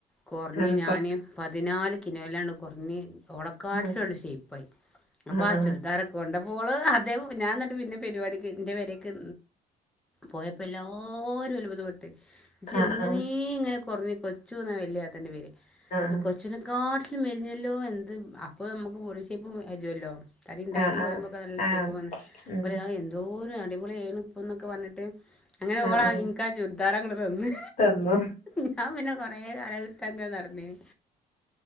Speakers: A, in the centre; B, on the left.
A: കൊറഞ്ഞ്
B: ആഹ്
A: ഞാന്
B: കൊറ
A: പതിനാല് കിലോലാണ്ട് കൊറഞ്ഞ് ഓളകാട്ടിലും
B: ആഹ്
A: ആണ്ട് ഷെയ്പ്പായി അപ്പൊ
B: ആഹ്
A: ആ
B: ആഹ്
A: ചുരിദാാരൊക്കെ കൊണ്ട ഓള് അതെ ഞാൻ ന്നിട്ട് പിന്നെ പരിവാടിക്ക് ന്റെ പെരേക്ക് പോയപ്പ എല്ലാരു അത്ഭുതപ്പെട്ട് ഇജ്ജെങ്ങനേ
B: ആഹ്
A: ഇങ്ങനെ കൊറഞ്ഞ് കൊച്ചൂന്നാ വല്യനാത്താന്റെ പേര്
B: ആഹ്
A: കൊച്ചൂന ക്കാട്ടിലും മെലിഞ്ഞല്ലോ എന്ത് അപ്പോ നമുക്ക് ബോഡിഷേപ്പ് വരുവല്ലോ തടി ഇണ്ടായിട്ട്
B: ആഹ്
A: കുറയുമ്പോക്കെ
B: ആഹ് ആഹ്
A: നല്ല ഷേപ്പും
B: ആഹ്
A: വന്ന്
B: ഉം
A: ഒരാൾ എന്തോര് അടിപൊളിയാണ് ഇപ്പ എന്നൊക്കെ പറഞ്ഞിട്ട് അങ്ങനെ
B: ആഹ്
A: ഓളാ
B: ആഹ്
A: ഇൻക്കാ ചുരിദാറങ്ങട് തന്ന്
B: തന്നു
A: ഞാൻ പിന്നെ കൊറേ കാലം അതിട്ടാങ്ങെട് നടന്നീന്.